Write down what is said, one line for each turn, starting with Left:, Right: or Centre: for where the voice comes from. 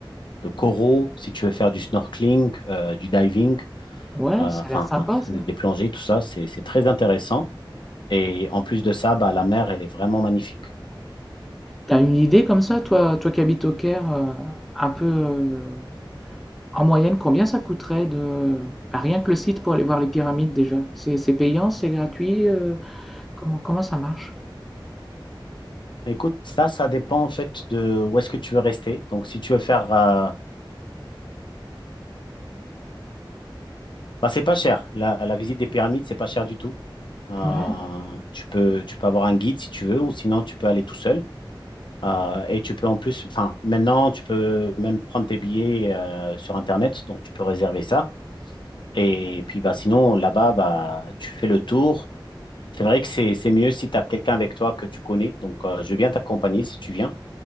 Left: de coraux, si tu veux faire du snorkeling, euh, du diving,
Centre: Ouais,
Left: euh,
Centre: ça
Left: enfin
Centre: a l'air sympa ça.
Left: des plongées, tout ça, c'est c'est très intéressant. Et en plus de ça, bah, la mer, elle est vraiment magnifique.
Centre: T'as une idée comme ça, toi, toi qui habites au Caire, euh, un peu euh, en moyenne, combien ça coûterait de bah, rien que le site pour aller voir les pyramides déjà? C'est c'est payant, c'est gratuit, euh, comment, comment ça marche?
Left: Écoute, ça, ça dépend en fait de où est-ce que tu veux rester. Donc, si tu veux faire, euh, bah, c'est pas cher. La, la visite des pyramides, c'est pas cher du tout. Euh,
Centre: Ouais.
Left: tu peux, tu peux avoir un guide si tu veux, ou sinon tu peux aller tout seul. Euh, et tu peux en plus, enfin, maintenant, tu peux même prendre tes billets euh, sur Internet, donc tu peux réserver ça. Et puis bah sinon là-bas bah tu fais le tour. C'est vrai que c'est c'est mieux si tu as quelqu'un avec toi que tu connais. Donc euh, je vais bien t'accompagner si tu viens.